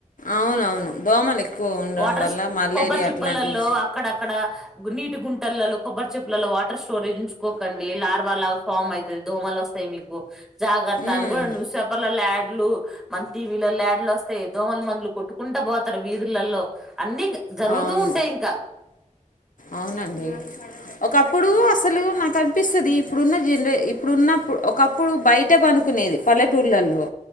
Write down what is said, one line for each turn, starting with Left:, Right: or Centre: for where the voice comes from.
Left: అవునవును దోమలు ఎక్కువ ఉండడం
Centre: వాటర్స్
Left: వల్ల మలేరియా
Centre: కొబ్బరి చిప్పలల్లో
Left: అట్లాంటివి
Centre: అక్కడక్కడ నీటి గుంటల్లలో కొబ్బరి చిప్పలలో వాటర్ స్టోరేజు ఉంచుకోకండి లార్వా లాగ ఫార్మ్ అయితది దోమలొస్తాయి మీ జాగర్త
Left: ఉమ్,
Centre: అను గూడ నువ్ సెపలలాగ్ మన టీ వీ లల్లో యాడ్లొస్తాయి దోమలు మందులు కొట్టుకుంటా పోతారు వీధులల్లో అన్ని జరుగుతూ
Left: అవును
Centre: ఉంటాయి ఇంకా
Left: అవునండి ఒకప్పుడు అసలు నాకు అనిపిస్తుది ఇప్పుడున్న జనరే ఇప్పుడున్నప్పు ఒకప్పుడు బయట అనుకునేది పల్లెటూర్లలో